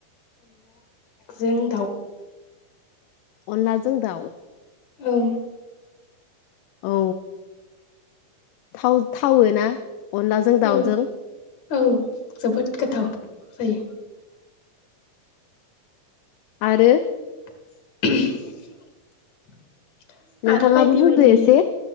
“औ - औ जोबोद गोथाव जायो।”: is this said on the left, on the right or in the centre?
Left